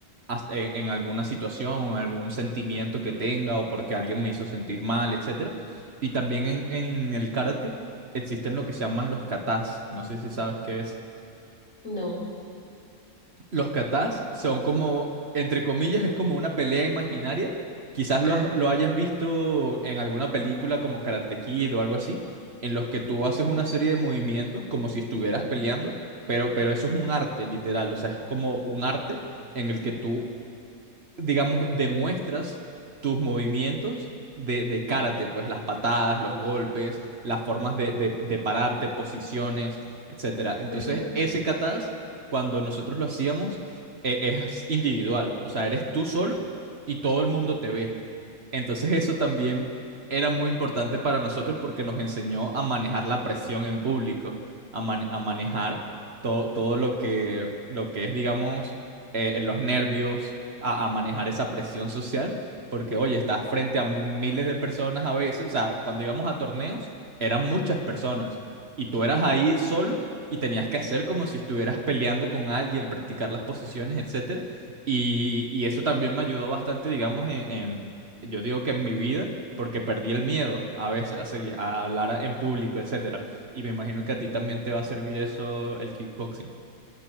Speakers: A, on the right; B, on the left.
A: as- en, en alguna situación, en algún sentimiento que tenga o porque alguien me hizo sentir mal, etcétera. Y también en, en el karate existen lo que se llaman los katas. No sé si sabes qué es.
B: No.
A: Los katas son como, entre comillas, es como una pelea imaginaria. Quizás
B: Ajá.
A: lo, has- lo hayas visto en alguna película como Karate Kid o algo así, en los que tú haces una serie de movimientos como si estuvieras peleando, pero, pero eso es un arte, literal. O sea, es como un arte en el que tú digamos, demuestras tus movimientos de, de karate, pues las patadas, los golpes, las formas de, de- de pararte, posiciones, etcétera. Entonces,
B: ujú.
A: ese kata's, cuando nosotros lo hacíamos, e- es individual. O sea, eres tú solo y todo el mundo te ve. Entonces eso también era muy importante para nosotros porque nos enseñó a manejar la presión en público, a, mane- a manejar todo, todo lo que, lo que es, digamos, eh, los nervios, a, a manejar esa presión social, porque oye, estás frente a miles de personas a veces, o sea, cuando íbamos a torneos eran muchas personas y tú eras ahí solo. Y tenías que hacer como si estuvieras peleando con alguien, practicar las posiciones, etcétera. Y, y eso también me ayudó bastante, digamos, en, en yo digo que en mi vida, porque perdí el miedo a veces a, seguir- a hablar en público, etcétera. Y me imagino que a ti también te va a servir eso, el kickboxing.